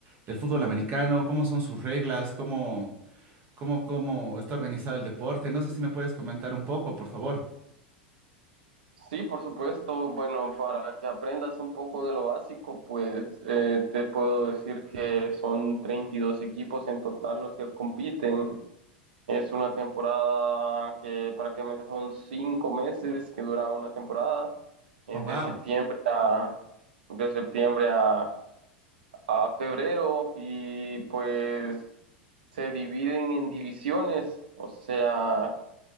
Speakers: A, on the right; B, on the right.
A: del fútbol americano, cómo son sus reglas, cómo, cómo, cómo está organizado el deporte. No sé si me puedes comentar un poco, por favor.
B: Sí, por supuesto. Bueno, para que aprendas un poco de lo básico, pues eh, te puedo decir que son 32 equipos en total los que compiten. Es una temporada que prácticamente son cinco meses que dura una temporada, eh,
A: Oh, wow.
B: de septiembre a, de septiembre a a febrero y pues se dividen en divisiones, o sea,